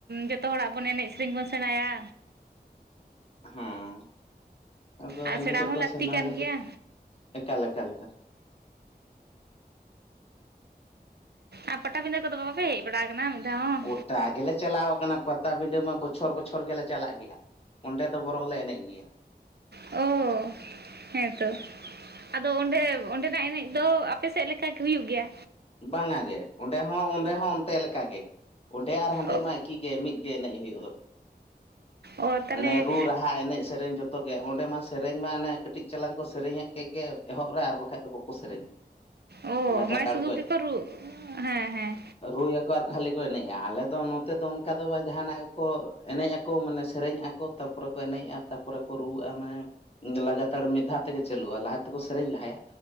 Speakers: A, on the right; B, on the left.
A: ᱡᱚᱛᱚ ᱦᱚᱲᱟᱜ ᱵᱚᱱ ᱮᱱᱮᱡ ᱥᱮᱨᱮᱧ ᱵᱚᱱ ᱥᱮᱸᱬᱟᱭᱟ᱾
B: ᱦᱮᱸ ᱟᱫᱚ
A: ᱟᱨ
B: ᱮᱱᱮᱡᱚᱜ
A: ᱥᱮᱬᱟ ᱦᱚᱸ
B: ᱫᱚ
A: ᱞᱟᱹᱠᱛᱤ
B: ᱥᱟᱱᱟᱞ
A: ᱠᱟᱱ ᱜᱮᱭᱟ
B: ᱞᱮ ᱮᱠᱟᱞ ᱮᱠᱟᱞ ᱮᱠᱟᱞ᱾
A: ᱟᱨ ᱯᱟᱴᱟᱵᱤᱸᱫᱟᱹ ᱠᱚᱫᱚ ᱵᱟ ᱵᱟᱯᱮ ᱵᱟᱲᱟ ᱠᱟᱱᱟ ᱢᱤᱫ ᱫᱷᱟᱣ ᱦᱚᱸ?
B: ᱜᱚᱴᱟ ᱜᱮᱞᱮ ᱪᱟᱞᱟᱣ ᱠᱟᱱᱟ, ᱯᱟᱛᱟᱵᱤᱸᱰᱟᱹ ᱢᱟ ᱵᱚᱪᱷᱚᱨ ᱵᱚᱪᱷᱚᱨ ᱜᱮᱞᱮ ᱪᱟᱞᱟᱜ ᱜᱮᱭᱟ᱾ ᱚᱸᱰᱮ ᱫᱚ ᱵᱚᱨᱚᱝ ᱞᱮ ᱮᱱᱮᱡ ᱜᱮᱭᱟ᱾
A: ᱚᱸ᱾ ᱦᱮᱸᱛᱚ ᱟᱫᱚ ᱚᱸᱰᱮ ᱚᱸᱰᱮᱱᱟᱜ ᱮᱱᱮᱡ ᱫᱚ ᱟᱯᱥᱮᱫ ᱞᱮᱠᱟ ᱜᱮ ᱦᱩᱭᱩᱜ ᱜᱮᱭᱟ?
B: ᱵᱟᱝᱼᱟ ᱜᱮ ᱚᱸᱰᱮ ᱦᱚᱸ ᱚᱸᱰᱮ ᱦᱚᱸ ᱚᱱᱛᱮ ᱞᱮᱠᱟ ᱜᱮ᱾ ᱚᱸᱰᱮ ᱟᱨ ᱦᱟᱸᱰᱮ
A: ᱚ
B: ᱢᱟ ᱮᱠᱤ ᱜᱮ ᱢᱤᱫ ᱜᱮ ᱮᱱᱮᱡ ᱦᱩᱭᱩᱜ ᱫᱚ᱾
A: ᱚ ᱛᱟᱦᱚᱞᱮ
B: ᱚᱱᱮ ᱨᱩ ᱨᱟᱦᱟ ᱮᱱᱮᱡ ᱥᱮᱨᱮᱧ ᱡᱚᱛᱚ ᱡᱚᱛᱚ ᱜᱮ ᱚᱸᱰᱮ ᱢᱟ ᱥᱮᱨᱮᱧ ᱢᱟ ᱚᱱᱮ ᱠᱟᱹᱴᱤᱡ ᱪᱟᱞᱟᱝ ᱠᱚ ᱥᱮᱨᱮᱧᱮᱫ ᱠᱮᱫ ᱜᱮ ᱮᱦᱚᱵ ᱨᱮ ᱟᱨ ᱵᱟᱠᱷᱟᱡ ᱫᱚ ᱵᱟᱠᱚ ᱥᱮᱨᱮᱧᱟ
A: ᱳ
B: ᱞᱟᱜᱟᱛᱟᱲ
A: ᱢᱟ ᱥᱩᱫᱩ ᱜᱮᱠᱚ ᱨᱩ ᱦᱮᱸ ᱦᱮᱸ
B: ᱨᱩ ᱭᱟᱠᱚ ᱟᱨ ᱠᱷᱟᱹᱞᱤ ᱠᱚ ᱮᱱᱮᱡᱼᱟ ᱟᱞᱮ ᱫᱚ ᱱᱚᱛᱮ ᱫᱚ ᱚᱱᱠᱟ ᱫᱚ ᱵᱟᱝ ᱡᱟᱦᱟᱱᱟᱜ ᱜᱮ ᱠᱚ ᱮᱱᱮᱡ ᱟᱠᱚ ᱢᱟᱱᱮ ᱥᱮᱨᱮᱧ ᱟᱠᱚ᱾ ᱛᱟᱯᱚᱨᱮ ᱠᱚ ᱮᱱᱮᱡᱼᱟ ᱛᱟᱨᱯᱚᱨᱮ ᱠᱚ ᱨᱩᱣᱟᱹᱜᱼᱟ ᱢᱟᱱᱮ ᱞᱟᱜᱟᱛᱟᱲ ᱢᱤᱫ ᱫᱷᱟᱣ ᱛᱮᱜᱮ ᱪᱟᱹᱞᱩᱜᱼᱟ ᱞᱟᱦᱟ ᱛᱮᱠᱚ ᱥᱮᱨᱮᱧ ᱞᱟᱦᱟᱭᱟ